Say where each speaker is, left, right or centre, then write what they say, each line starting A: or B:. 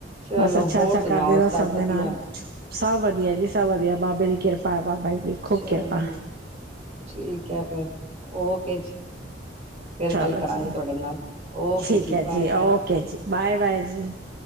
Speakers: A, on the right; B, on the right.
A: ਚਲੋ
B: ਬਸ ਅੱਛਾ-
A: ਹੋਰ
B: ਅੱਛਾ
A: ਸੁਣਾਓ
B: ਕਰਦੇ ਰਹੋ ਸਭ
A: ਵਧੀਆ
B: ਦੇ ਨਾਲ ਸਭ ਵਧੀਆ ਜੀ ਸਭ ਵਧੀਆ ਬਾਬੇ ਦੀ ਕਿਰਪਾ ਹੈ ਬਾਬਾ ਜੀ ਦੀ ਖੂਬ
A: ਚਲ
B: ਕਿਰਪਾ
A: ਠੀਕ ਹੈ ਫਿਰ ਓਕੇ ਜੀ ਫਿਰ
B: ਚਲੋ
A: ਗੱਲ ਕਰਾਂਗੇ
B: ਜੀ
A: ਤੁਹਾਡੇ ਨਾਲ ਓਕੇ
B: ਠੀਕ ਹੈ
A: ਬਾਏ
B: ਜੀ
A: ਬਾਏ
B: ਓਕੇ ਜੀ ਬਾਏ ਬਾਏ ਜੀ। <inaudible>